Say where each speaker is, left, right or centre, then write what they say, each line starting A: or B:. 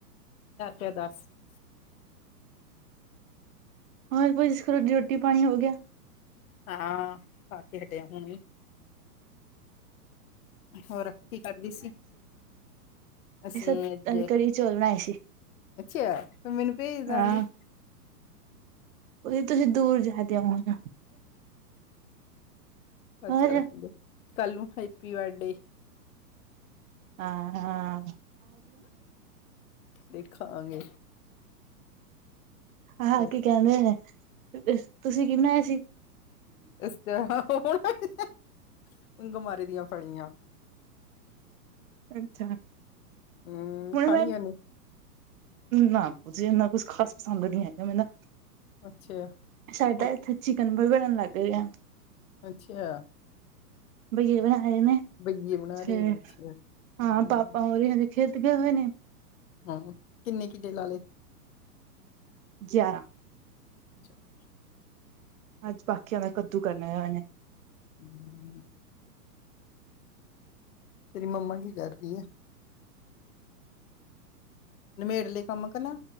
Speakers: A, on the left; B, on the right.
A: <unintelligible>
B: ਹੋਰ ਭੂਜੀ ਰੋਟੀ ਪਾਣੀ ਹੋ ਗਿਆ,
A: ਹਾਂ ਪਾ ਕੇ ਹਟਿਆ ਹੁਣੀ ਹੋਰ ਕੀ ਕਰਦੀ ਸੀ, ਅਸੀਂ
B: ਤਾਂ
A: ਅਜ
B: ਅੱਜ ਕੜੀ ਚੌਲ ਬਣਾਏ ਸੀ,
A: ਅੱਛਿਆ ਤੂੰ ਮੈਨੂੰ ਪੈਜ ਦਿੰਦੀ
B: ਹਾਂ। <unintelligible> ਤੁਸੀਂ ਦੂਰ ਜਾਦੇ ਹੋਈਆ
A: ਅੱਛਾ
B: ਹੋਰ
A: ਰੱਖਦੇ ਕੱਲ ਨੂੰ ਹੈਪੀ ਬਰਡੇ
B: ਹਾਂ-ਹਾਂ
A: ਦੇਖਾਂਗੇ
B: ਹਾਂ
A: ਹੋਰ
B: ਕੀ ਕਹਿੰਦੇ ਨੇ, ਤੁਸੀਂ ਕਿ ਬਨਾਆ ਸੀ
A: ਅਸੀ ਤੇ, <unintelligible> ਮਾੜੀ ਦੀਆ ਫੜੀਆਂ
B: ਅੱਛਾ,
A: ਹਮ
B: ਹੁਨ
A: ਖਾਣੀਆਂ
B: ਮੈਂ
A: ਨੇ
B: ਨਾ ਇੰਨਾ ਕੁਛ ਖਾਸ ਪਸੰਦ ਨੀ ਹੈਗਾ ਮੈ ਨਾ
A: ਅੱਛਾ।
B: ਸਾਡਾ
A: ਹੋਰ
B: ਇੱਥੇ ਚਿਕਨ ਬੜਨ ਲੱਗ ਰਿਆ
A: ਅੱਛਾ।
B: ਬੀਆ ਬਣਾਏ ਨੇ,
A: ਬਈਏ ਬਣਾ ਰਹੇ
B: ਤੇ
A: ਨੇ ਅੱਛਾ ਹਮ
B: ਹਾਂ ਪਾਪਾ ਉਰਵੀ ਖੇਤ ਗਏ ਹੋਏ ਨੇ।
A: ਹਾਂ, ਕਿੰਨੇ ਕਿਡੇ ਲਾ ਲਏ
B: ਗਿਆਰਾਂ
A: <inaudible>
B: ਅੱਜ ਬਾਕੀ ਦਾ ਕੱਦੂ ਕਰਨਾ ਹੋਏ ਨੇ
A: ਹੂੰ ਤੇਰੀ ਮੰਮਾ ਕੀ ਕਰ ਰਹੀ ਏ ਨਮੇੜ ਲਈ ਕੰਮ ਕਰਨਾ